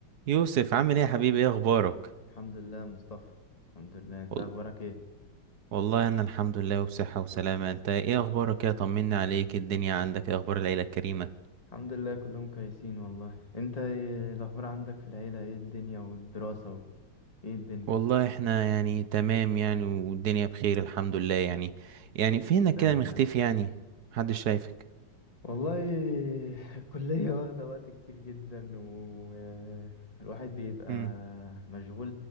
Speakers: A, on the right; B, on the left.
A: يوسف عامل ايه يا حبيبي ايه اخبارك
B: الحمد لله مصطفى الحمد لله انت
A: وال...
B: اخبارك ايه
A: والله انا الحمد لله وبصحة وسلامة انت ايه اخبارك ايه طمني عليك إيه الدنيا عندك ايه اخبار العيلة الكريمة
B: الحمد لله كلهم كويسين والله انت ايه الاخبار عندك في العيله ايه الدنيا والدراسه و- ايه الدنيا
A: والله احنا يعني تمام يعني والدنيا بخير الحمد لله يعني يعني فينك
B: دايما
A: كده مختفي
B: يا رب
A: يعني محدش شايفك
B: والله <laughs> الكليه واخده وقت كتير جدا والواحد بيبقى
A: امم
B: مشغول